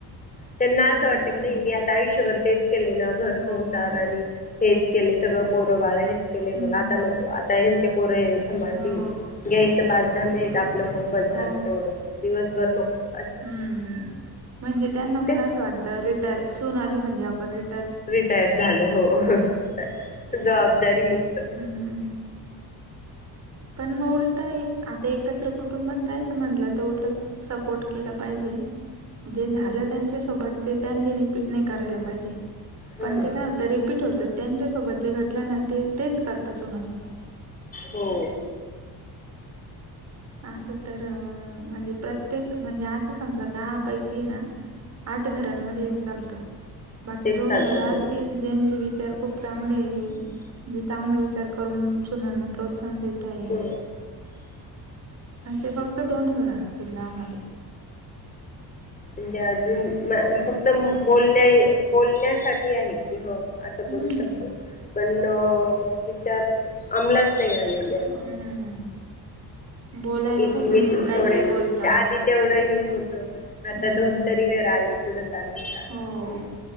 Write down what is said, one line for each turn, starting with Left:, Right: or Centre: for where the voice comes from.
Left: त्यांना
Right: तस
Left: असं वाटतं
Right: पण
Left: की नाही
Right: आहे
Left: मी आता आयुष्यभर तेच केले ना घर
Right: हो
Left: संसार
Right: हो
Left: आणि हेच केले, सगळं पोरंबाळ हेच केलेय.
Right: हम्म
Left: मग आता नको आता यांचे पोरं हे सांभाळतील.
Right: हो
Left: घ्यायचं पाच दहा मिनिट आपलं. मग बस
Right: हो
Left: झालं तेवढंच. दिवसभर नको असं.
Right: हम्म म्हणजे त्यांना पण
Left: तेच
Right: असं वाटतं. रिटायर, सुन आली म्हणजे आपण री
Left: रिटायर झालो. हो. जबाबदारी मुक्त.
Right: हम्म. पण मग उलटा एक, आता एकत्र कुटुंबात राहायचं म्हटलं तर, उलट सपोर्ट केला पाहिजे. जे झालं त्यांच्यासोबत. ते त्यांनी रिपीट नाही करायला पाहिजे.
Left: हो
Right: पण
Left: ना
Right: ते काय होतं. रिपीट होतं. त्यांच्यासोबत जे घडलं ना, ते तेच करता सुनासोबत.
Left: हो.
Right: असं तर, म्हणजे प्रत्येक, म्हणजे असं समजा दहा पैकी ना. आठ घरांमध्ये हेच चालत. बाकी
Left: तेच
Right: दोन
Left: चालतं
Right: घर असतील,
Left: हो
Right: ज्यांचे विचार खूप चांगल्या. जे चांगले विचार करून, सुनाना प्रोत्साहन देताय.
Left: हो.
Right: असे फक्त दोन घरं असतील दहा मध्ये.
Left: म्हणजे अजून फक्त बोलण्या बोलण्यासाठी आहे. की हा असं
Right: हम्म.
Left: करू शकतो पण विचार अमलात नाही आ्ही
Right: हम्म. बोलायला
Left: इथूनथ
Right: खूप काही
Left: थोडे
Right: काही बोलता
Left: आधी तेवढं हन होतं. आता
Right: हम्म
Left: दोन तरी घर आले कुडं चालून चालून
Right: हो.